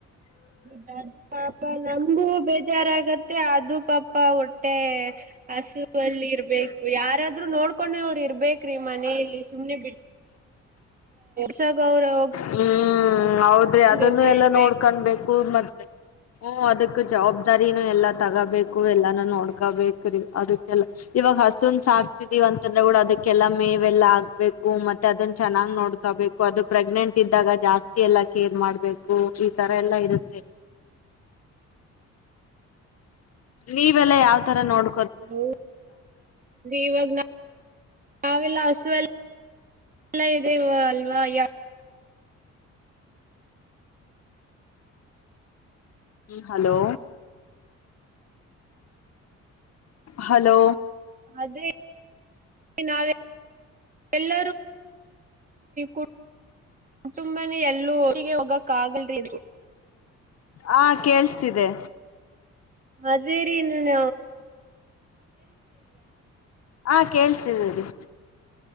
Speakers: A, on the right; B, on the left.
A: ದು ಪಾಪ ನಮಗು ಬೇಡ್ ಜಾರ ಆಗತ್ತೆ ಅದು ಪಾ ಅಪ್ಪ ಹೊಟ್ಟೆ ಹಸುವಲ್ಲಿ ಇರ್ಬೇಕು ಯಾರಾದ್ರೂ ನೋಡ್ ಕೊಡ ಇರ್ಬೇಕ್ರಿ ಮನೇಲಿ ಸುಮ್ನೆ ಬಿಟ್ಟ ಸ ಗೌರವ
B: ಹ್ಮ್ ಹೌದ್ರಿ ಅದನ್ನು
A: ಒಬ್ರು
B: ಎಲ್ಲಾ
A: ಇರ್ಬೇಕು
B: ನೋಡ್ಕೊಂಡ್ಬೇಕು ಮತ್ತೆ ಹ್ಮ ಅದಕ್ ಜವಾಬ್ದಾರಿನೂ ಎಲ್ಲಾ ತಗೋಬೇಕು ಎಲ್ಲಾನೂ ನೋಡ್ಕೊಬೇಕು ರೀ ಅದಕ್ಕೆಲ್ಲಾ ಇವಾಗ ಹಸುನ್ ಸಾಕ್ತಿದೀವಿ ಅಂತಂದ್ರೆ ಕೂಡ ಅದಕ್ಕೆಲ್ಲಾ ಮೇವೆಲ್ಲಾ ಆಗ್ಬೇಕು ಮತ್ತೆ ಅದನ್ನ ಚೆನ್ನಾಗ್ ನೋಡ್ಕೊಬೇಕು ಅದು ಪ್ರೆಗ್ನೆಂಟ್ ಜಾಸ್ತಿ ಎಲ್ಲ ಕೇರ್ ಮಾಡ್ಬೇಕು ಈ ತರ ಎಲ್ಲ ಇರುತ್ತೆ ನೀವೆಲ್ಲ ಯಾವ್ ತರ ನೋಡ್
A: ಹ ಇವಾಗ ನಾವೆಷ್ಟಲ್ಲ ಎಲ್ಲ ಇದೆ ಅಲ್ವಾ ಯ
B: ಹಲೋ ಹಲೋ
A: ಅದೇ ನಾವ ಎಲ್ಲ ಕುಟುಂಬನ ಎಲ್ಲೋ ಹಗೆ ಹೋಗಕ ಆಗಲ್ರಿ
B: ಹಾ ಕೇಳ್ಸ್ತಿದೆ
A: ಅದೇರಿ ನುನ್
B: ಹ ಕೇಳ್ಸಿದ್ದೀರಿ